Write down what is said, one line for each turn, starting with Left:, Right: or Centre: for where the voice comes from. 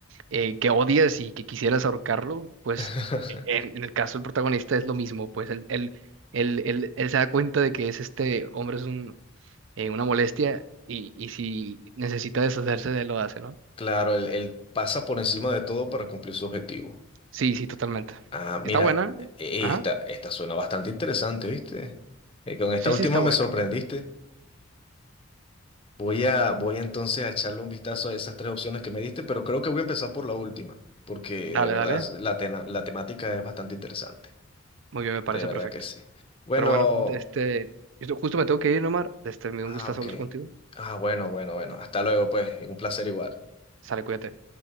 Right: eh, que odias y que quisieras ahorcarlo, pues
Left: <laughs>
Right: en, en el caso del protagonista es lo mismo, pues él, él, él, él, él se da cuenta de que es este hombre es un, eh, una molestia y, y si necesita deshacerse de él lo hace, ¿no?
Left: Claro, él, él pasa por encima de todo para cumplir su objetivo.
Right: Sí, sí, totalmente.
Left: Ah, mira,
Right: Está buena.
Left: eh,
Right: Ajá.
Left: esta, esta suena bastante interesante, ¿viste? Eh, con esta
Right: Sí,
Left: última
Right: sí, está buena.
Left: me sorprendiste. Voy a, voy entonces a echarle un vistazo a esas tres opciones que me diste, pero creo que voy a empezar por la última, porque
Right: Dale,
Left: de verdad
Right: dale.
Left: la, tena- la temática es bastante interesante.
Right: Muy bien, me
Left: De
Right: parece
Left: verdad
Right: perfecto.
Left: que sí. Bueno,
Right: Pero bueno, este, yo justo me tengo que ir, Omar. Este, me dio
Left: ah,
Right: un gustazo
Left: ok.
Right: hablar contigo.
Left: Ah, bueno, bueno, bueno. Hasta luego, pues. Un placer igual.
Right: Sale, cuídate.